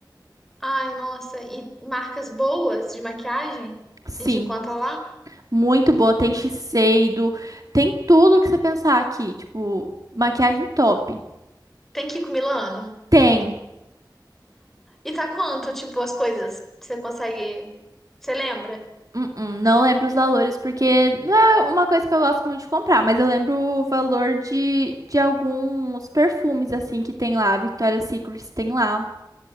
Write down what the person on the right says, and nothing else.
Sim,
Muito boa, tem Shiseido, tem tudo que você pensar aqui, tipo, maquiagem top.
Tem.
Hum, hum, não lembro os valores porque não é uma coisa que eu gosto muito de comprar, mas eu lembro o valor de, de alguns perfumes assim que tem lá, Victoria's Secret tem lá.